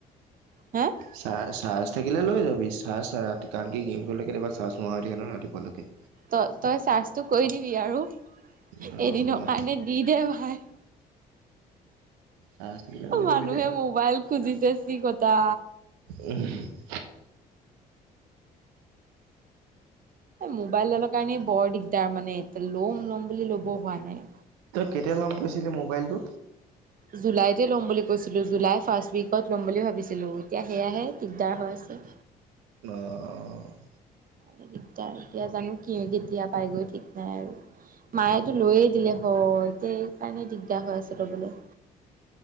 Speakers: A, on the right; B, on the right.
A: হা
B: চাৰ-চাৰ্জ থাকিলে লৈ যাবি চাৰ্জ, না ৰাতি কাৰণ কি গেম খেল কেতিয়াবা চাৰ্জোোৱা হৈ থাকে ন' ৰাপুৱালৈকে।
A: তই তই চাৰ্জটো কৰি দিবি আৰু
B: ন
A: এদিনৰ
B: মই
A: কাৰণে দি দে ভাই।
B: চাৰ্জ থাকিলে লৈ
A: মানুহে
B: যাবি দে।
A: মোবাইল খুজিছে চি কটা।
B: উম <unintelligible>
A: মোবাইল ডালৰ কাৰণেই বৰ দিগদাৰ মানে এয়া ল'ম ল'ম বুলি ল'ব হোৱা নাই।
B: তই কেতিয়া ল'ম কৈছিলি মোবাইলটো?
A: জুলাইতে ল'ম বুলি কৈছিলো, জুলাই ফাৰ্ষ্ট উইকত লম বুলি ভাবিছিলো, এতিয়া সেয়াহে দিগদাৰ হৈ আছে।
B: অ', অ'।
A: দিগদাৰ এতিয়া জানো কি কেতিয়া পাই গৈ ঠিক নাই আৰু। মায়েতো লৈয়ে দিলে হয়, এতিয়া এইকাৰণে দিগদাৰ হৈ আছে ল'বলৈ।